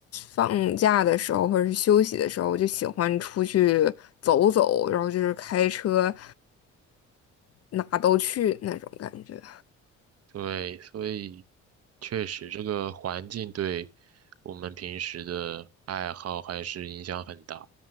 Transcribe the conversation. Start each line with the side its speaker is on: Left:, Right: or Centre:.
Left: 放假的时候或者是休息的时候，我就喜欢出去走走，然后就是开车哪都去那种感觉。
Right: 对，所以确实这个环境对我们平时的爱好还是影响很大。